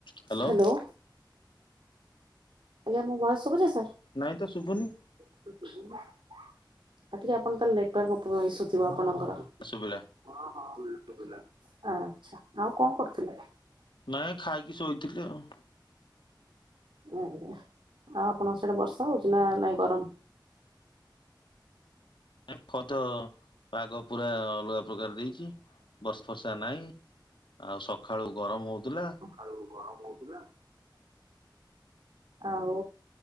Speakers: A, on the left; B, on the right.
A: Hello
B: hello ଆଜ୍ଞା ମୋ voice ଶୁବୁଛି ସାର୍?
A: ନାଇଁ ତ ଶୁଭୁନି।
B: ଆ ଟିକେ ଆପଣ ତାହେଲେ ନେଟୱର୍କ ଇସୁଥିବ ଆପଣଙ୍କର। ହଁ
A: ଶୁଭିଲା
B: ହଁ ଅବିକା ସୁବିଲା, ଆଚ୍ଛା ଆଉ କଣ କରୁଥିଲେ?
A: ନାଇଁ ଖାଇକି ଶୋଇଥିଲି ଆଉ।
B: ହୁଁ। ଆଉ ଆପଣଙ୍କ ସେଇଟା ବର୍ଷା ହଉଛି, ନା ନାଇଁ ଗରମ?
A: ଏପଟ ପାଗ ପୁରା ଅଲଗା ପ୍ରକାର ଦେଇଛି, ବର୍ଷ ଫର୍ଷା ନାହିଁ। ଆଉ ସକାଳୁ ଗରମ ହଉଥିଲା।
B: ଆଳୁ ଗରମ ହଉଥିଲା। ଆଉ